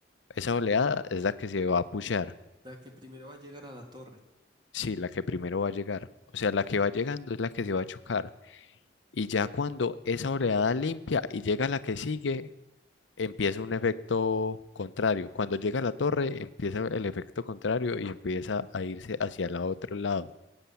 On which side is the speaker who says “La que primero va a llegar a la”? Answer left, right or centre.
Right